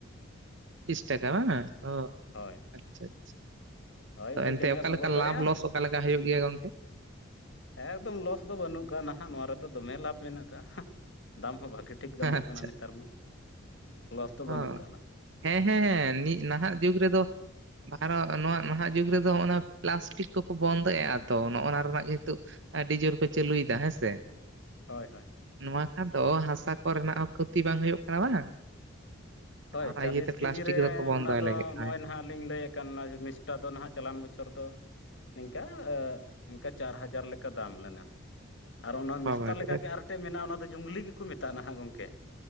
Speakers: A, on the right; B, on the left.
A: <unintelligible> ᱴᱟᱠᱟ ᱵᱟᱝ-ᱟ ᱚ
B: ᱦᱳᱭ
A: ᱟᱪᱪᱷᱟ ᱟᱪᱪᱷᱟ
B: ᱦᱳᱭ
A: ᱛᱚ
B: ᱚᱠᱚᱭ
A: ᱮᱱᱛᱮ
B: ᱛᱤᱱᱟᱹᱜ
A: ᱚᱠᱟ
B: ᱮ ᱥᱚᱵᱚᱫ
A: ᱞᱮᱠᱟ
B: ᱫᱟᱲᱮᱭᱟᱜᱼᱟ
A: ᱞᱟᱵᱷ ᱞᱚᱥ ᱚᱠᱟ ᱞᱮᱠᱟ ᱦᱳᱭᱳᱜ ᱜᱮᱭᱟ ᱜᱚᱝᱠᱮ
B: ᱮᱠ ᱫᱚᱢ ᱞᱚᱥ ᱫᱚ ᱵᱟᱹᱱᱩᱜ ᱠᱟᱜᱼᱟ ᱱᱟᱦᱟᱜ ᱱᱚᱣᱟ ᱨᱮᱫᱚ ᱫᱚᱢᱮ ᱞᱟᱵᱷ ᱢᱮᱱᱟᱜ ᱟᱠᱟᱜ-ᱟ ᱫᱟᱢ ᱦᱚᱸ ᱵᱷᱟᱜᱮ ᱴᱷᱤᱠ ᱫᱟᱢ-ᱚᱜ
A: ᱟᱪᱪᱷᱟ
B: ᱠᱟᱱᱟ ᱱᱮᱛᱟᱨ ᱢᱟ ᱞᱚᱥ ᱫᱚ ᱵᱟᱹᱱᱩᱜ
A: ᱚ
B: ᱠᱟᱫᱟ
A: ᱦᱮᱸ ᱦᱮᱸ ᱦᱮᱸ <unintelligible> ᱱᱟᱦᱟᱜ ᱡᱩᱜᱽ ᱨᱮ ᱫᱚ <unintelligible> ᱱᱚᱣᱟ ᱱᱟᱦᱟᱜ ᱡᱩᱜᱽ ᱨᱮ ᱫᱚ ᱱᱚᱜᱼᱚ ᱱᱚᱣᱟ ᱯᱞᱟᱥᱴᱤᱠ ᱠᱚ ᱠᱚ ᱵᱚᱱᱫᱚ ᱮᱜ-ᱟ ᱛᱚ ᱱᱚᱜ-ᱚ ᱱᱚᱶᱟ ᱨᱮᱱᱟᱜ ᱜᱮ ᱱᱤᱛᱚᱜ ᱟᱹᱰᱤ ᱡᱳᱨ ᱠᱚ ᱪᱟᱹᱞᱩᱭ ᱮᱫᱟ ᱦᱮᱸ ᱥᱮ
B: ᱦᱳᱭ ᱦᱳᱭ
A: ᱱᱚᱣᱟ ᱠᱷᱟᱱ ᱫᱚ ᱦᱟᱥᱟ ᱠᱚ ᱨᱮᱱᱟᱜ ᱦᱚᱸ ᱠᱷᱚᱛᱤ ᱵᱟᱝ ᱦᱳᱭᱳᱜ ᱠᱟᱱᱟ ᱵᱟᱝ
B: ᱦᱳᱭ
A: ᱚᱱᱟ
B: ᱪᱟᱞᱞᱤᱥ
A: ᱤᱭᱟᱹᱛᱮ ᱯᱞᱟᱥᱴᱤᱠ
B: ᱠᱤᱡᱤ ᱨᱮ
A: ᱫᱚᱠᱚ ᱵᱚᱱᱫᱚᱭ
B: ᱚᱱᱟ ᱫᱚ
A: ᱞᱟᱹᱜᱤᱫ ᱦᱳᱭ᱾
B: ᱱᱚᱭ ᱱᱟᱦ ᱞᱟᱹᱭ ᱟᱠᱟᱱᱟ <unintelligible> ᱴᱟᱜ ᱫᱚ ᱱᱟᱦᱟᱜ ᱪᱟᱞᱟᱱ ᱵᱚᱪᱷᱚᱨ ᱫᱚ ᱱᱤᱝᱠᱟ ᱮ ᱤᱝᱠᱟ ᱪᱟᱨ ᱦᱟᱡᱟᱨ ᱞᱮᱠᱟ ᱫᱟᱢ ᱞᱮᱱᱟ ᱟᱨ ᱚᱱᱟ <unintelligible>
A: ᱵᱟᱵᱟᱨᱮ
B: ᱞᱮᱠᱟ ᱜᱮ ᱟᱨ <unintelligible> ᱴᱮᱡ ᱢᱮᱱᱟᱜᱼᱟ ᱚᱱᱟ ᱫᱚ ᱡᱩᱝᱞᱤ ᱜᱮ ᱠᱚ ᱢᱮᱛᱟᱜᱼᱟ ᱱᱟᱦᱟᱜ ᱜᱚᱝᱠᱮ